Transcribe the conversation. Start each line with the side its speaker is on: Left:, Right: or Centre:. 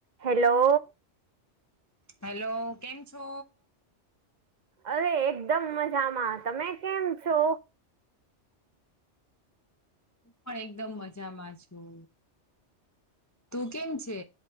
Right: Hello
Left: hello કેમ છો
Right: અરે એકદમ મજામાં તમે કેમ છો
Left: હું પણ એકદમ મજામાં છું તું કેમ છે